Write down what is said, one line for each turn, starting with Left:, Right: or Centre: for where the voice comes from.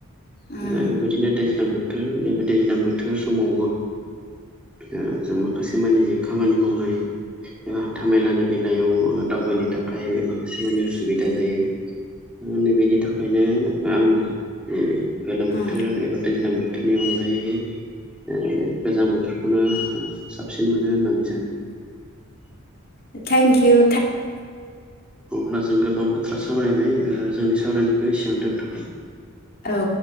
Left: उम
Centre: ओ बेबायदिनो दैज्लां बोथोर नैबे दैज्लां बोथोर समावबो ओ जों माखासे मानि जि खामानि मावनाय हान्थामेलानि बेलायाव दावबायनो थाखाय माखासेनि अ सुबिदा जायो ओ नैबेनि थाखायनो आंबो ओ गोलोम बोथोर
Left: उम
Centre: एबा दैज्लां बोथोरनि अनगायै ओ गोजां बोथोरखौनो साबसिन मोनो होननानै सानो।
Left: ओ थेंक इउ‌।
Centre: अब्ला जों <inaudible> गोबां बाथ्रा सावरायबाय जोंनि सावरायनायखौ एसेयाव दोनथ'बाय।
Left: औ।